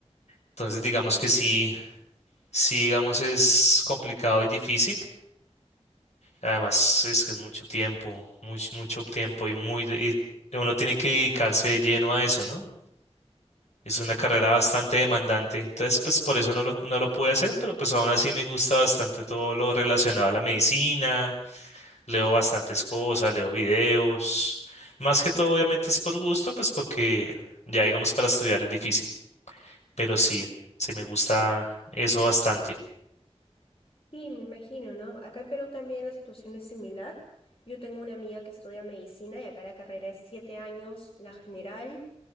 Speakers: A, on the left; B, on the left.
A: Entonces, digamos
B: Sí,
A: que sí.
B: claro.
A: Sí, digamos, es complicado y difícil. Además, es que es mucho tiempo, mucho, mucho tiempo y muy, de- y uno tiene que dedicarse de lleno a eso, ¿no? Es una carrera bastante demandante. Entonces, pues por eso no lo, no lo pude hacer, pero pues aún así me gusta bastante todo lo relacionado a la medicina. Leo bastantes cosas, leo videos. Más que todo, obviamente, es por gusto, pues porque ya, digamos, para estudiar es difícil. Pero sí, sí me gusta eso bastante.
B: Sí, me imagino, ¿no? Acá en Perú también la situación es similar. Yo tengo una amiga que estudia medicina y acá la carrera es siete años, la general.